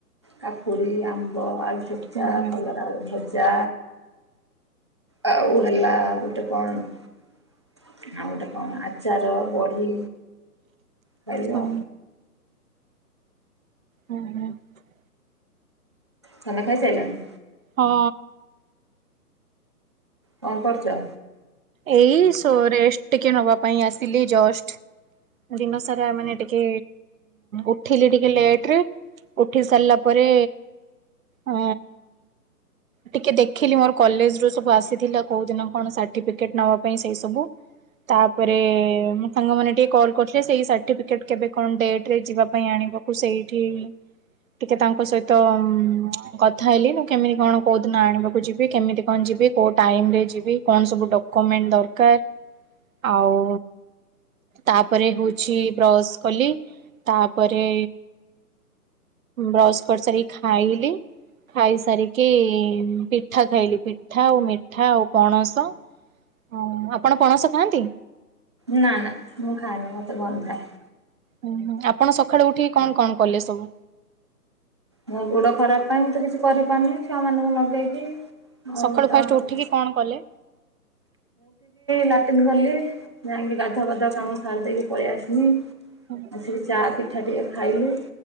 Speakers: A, on the right; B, on the right.
A: କାକୁଡ଼ି, ଆମ୍ବ, ଆଳୁ ଭଜା,
B: ହୁଁ ହୁଁ
A: କଲରା ଆଳୁ ଭଜା। ଆଉ ହେଲା ଗୋଟେ କଣ ଆଉ ଗୋଟେ କଣ ଆଚାର ବଢି ଖାଇଲ?
B: ହୁଁ ହୁ, ହୁଁ। <inaudible>
A: ଖାନା ଖାଇ ସାରିଲାଣି?
B: ହଁ।
A: କଣ କରୁଛ?
B: ଏଇ ରେଷ୍ଟ ଟିକେ ନବା ପାଇଁ ଆସିଲି ଜଷ୍ଟ। ଦିନ ସାରା ମାନେ ଟିକେ ଉଠିଲି ଟିକେ ଲେଟ ରେ ଉଠି ସାରିଲା ପରେ ଆ ଟିକେ ଦେଖିଲି ମୋର କଲେଜ ରୁ ସବୁ ଆସିଥିଲା କୋଉ ଦିନ କଣ ସା ସାର୍ଟିଫିକେଟ ନବା ପାଇଁ ସେଇ ସବୁ। ତାପରେ ମୋ ସାଙ୍ଗମାନେ ଟିକେ କଲ୍ କରିଥିଲେ ସେଇ ସାର୍ଟିଫିକେଟ କେବେ କଣ ଡେଟ ରେ ଯିବା ପାଇଁ ଆଣି ବାପୁ ସେଇଠି ଟିକେ ତାଙ୍କ ସହିତ ଉ କଥା ହେଲି ମୁୁ କେମିତି କଣ କୋଉଦିିନ ଆଣିବାକୁ ଯିବି କେମିତି କଣ ଯିବି। କୋଉ ଟାଇମ ରେ ଯିବି କଣ ସବୁ ଡକ୍ୟୁମେଣ୍ଟ ଦରକାର। ଆଉ। ତାପରେ ହଉଛି ବ୍ରଶ କଲି ତାପରେ ବ୍ରସ କରି ସାରି ଖାଇଲି। ଖାଇସାରିକି ପିଠା ଖାଇଲି ପିଠା ଆଉ ମିଠା ଆଉ ପଣସ ଓ ଆପଣ ପଣସ ଖାଆନ୍ତି?
A: ନା ନା ମୁଁ ଖାଏନି ମତେ ବଲନାଇଁ
B: ହୁଁ ହୁ ଆପଣ ସକାଳେୁ ଉଠିକି କଣ କଣ କଲେ ସବୁ
A: ମଁ ଗୋଡ ଖରାପ ପାଇଁ ମୁଁ ତ କିଛି କରିପାରୁନି ଛୁଆ ମାନଙ୍କୁ ନଗେଇକି ହଉ
B: ସକାଳୁ
A: ତାହେନେ।
B: ଫାଷ୍ଟ ଉଠିକି କଣ କଲେ
A: ଲାଟିନ୍ ଗଲି ଯାଇକି ଗାଧୁଆ ପାଧୁଆ କାମ ସାରି ଦେଇକି ପଳେଇ ଆସିଲି
B: ହୁଁ
A: ଆସିକି ଚା ପି ମିିଠା ଟିକେ ଖାଇଲିୁ